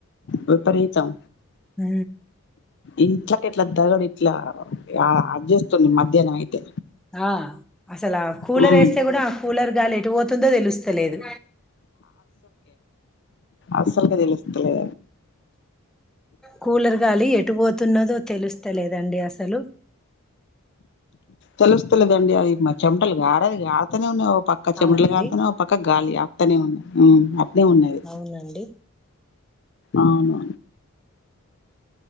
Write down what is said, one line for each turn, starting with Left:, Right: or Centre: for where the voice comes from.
Left: విపరీతం
Centre: ఊ
Left: ఇంట్లకి ఎట్లా దగడు ఇట్లా అ చేేస్తుంది మధ్యాహ్నం అయితే
Centre: ఆ అసలు ఆ కూలర్
Left: ఉమ్
Centre: వేస్తే కూడా ఆ కూలర్ గాలి ఎటు పోతుందో తెలుస్తలేదు
Left: అసలుగా తెలుస్తలేదు
Centre: కూలర్ గాలి ఎటు పోతున్నదో తెలుస్తలేదండి అసలు
Left: తెలుస్తలేదండి అది మా చెమంటలుగా మటలు కరతనే ఉన్నాయ్ <unintelligible> పక్క చమట్లు
Centre: అవునండి
Left: కారతన్నయ్ ఓ పక్క గాలి అక్ అట్టనే ఉన్నాయి అట్లే ఉన్నది
Centre: అవునండి
Left: అవును